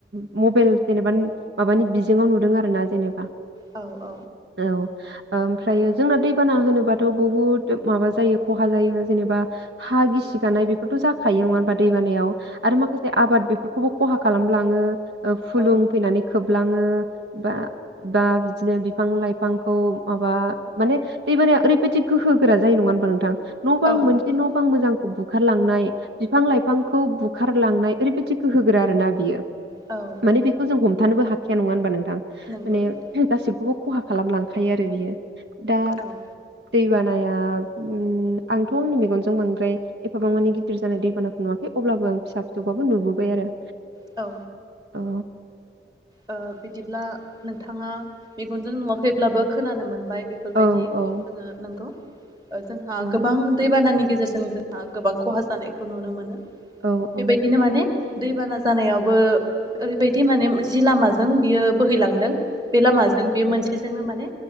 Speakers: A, on the right; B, on the right.
A: ओ मबाइल जेनेबा माबानि बिजोंआव नुदों आरो ना जेनेबा
B: औ औ
A: औ ओमफ्रायो जोंना दैबाना होनोबाथ' बुहुद माबा जायो खहा जायो जेनेबा हा गिसि गानाय बेफोरथ' जाख खायो नङा होनबा दैबानाया आरो माखासे आबाद बेफोर खौबो खहा खालामलाङो ओ फुलुं
B: औ
A: फैनानै खोबलाङो बा बा बिदिनो बिफां लाइफांखौ माबा माने दैबानाया ओरैबायदि गोहो गोरा जायो नङा होनबा नोंथां न' बांं
B: औ
A: मोनसे
B: नंगौ
A: न' बांं मोजां बुखारलांनाय बिफां लाइफांखौ बु खारलांनाय ओरैबायदिखौ गोहो गोरा आरो ना बियो
B: औ
A: माने
B: औ
A: बेखौ जों हम थानोबो हाखाया नङा होनबा नों थां
B: नंगौ
A: माने
B: नोंथां
A: गासि खौबो खहा खालामलांखायो आरो बियो दा
B: औ
A: दैबानाया ओम आंथ' आंनि मेगनजों बांद्राय एफाबां मानि गिदिर जानाय दैबानाखौ नुवाखै अब्लाबो आं फिसा फिसौबाबो नुबोबाय आरो
B: औ
A: औ
B: ओ बिदिब्ला नोंथाङा मेगनजों नुवाखैब्लाबो खोनानो मोनबाय बेफोरबायदिखौ
A: औ औ
B: जोङो नोंगौ ओ जोंहा
A: औ
B: गोबां दैबानानि गेजेर जों जोंहा गोबां खहा जानायखौ नुनो मोनो
A: औ
B: बेबायदिनो
A: औ नोंथां
B: माने दैबाना जानायावबो ओरै बायदि माने जि लामाजों बियो बोहैलांदों बे लामाजों बेयो मोनसेजोंनो माने